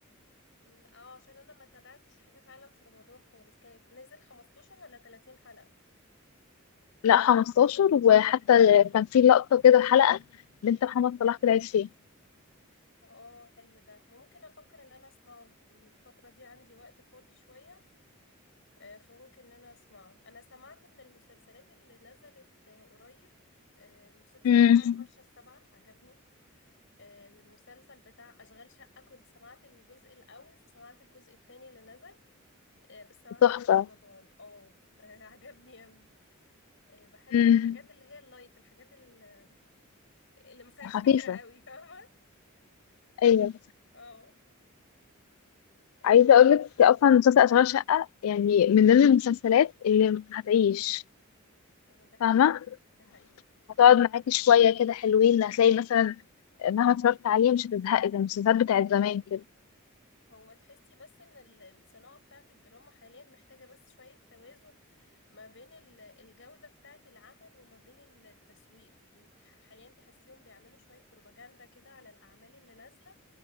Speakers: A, on the left (about 60°); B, on the left (about 80°).
A: م، اه عشان انا ما تابعتش حاجة فعلا في رمضان خالص كانت نزل 15 ولا 30 حلقة
B: لا 15 وحتى كان في لقطة كده حلقة بنت محمد صلاح طلعت فيه
A: اه حلو ده ممكن افكر ان انا اسمعه الفترة دي عندي وقت فاضي شوية آه، فممكن ان انا اسمعه انا سمعت من المسلسلات اللي نزلت آه، قريب آه، المسلسل
B: مم.
A: بتاع الهرشة السبعة عجبني آه، والمسلسل بتاع أشغال شقة كنت سمعت الجزء الأول فسمعت الجزء التاني اللي نزل آه، بس سمعته
B: تحفة
A: بعد رمضان اه <laughs> آه، عجبني أوي آه، بحب
B: مم.
A: الحاجات اللي هي اللايت الحاجات ال- اللي ما فيهاش
B: خفيفة
A: فكرة أوي فاهمة
B: ايوه
A: اه آه،
B: عايزه اقول لك اصلا مسلسل اشغال شقه يعني من ضمن المسلسلات اللي هتعيش
A: آه، ده حقيقي
B: فاهمه
A: ده حقيقي
B: هتقعد معاكي شويه كده حلوين هتلاقي مثلا مهما اتفرجت عليه مش هتزهقي زي المسلسلات بتاعت زمان كده
A: هو تحسي بس ان ال- الصناعة بتاعت الدراما حاليا محتاجة بس شوية توازن ما بين ال- الجودة بتاعت العمل وما بين التسويق انت ح- حاليا تحسيهم بيعملوا شوية بروباجندا كده على الأعمال اللي نازلة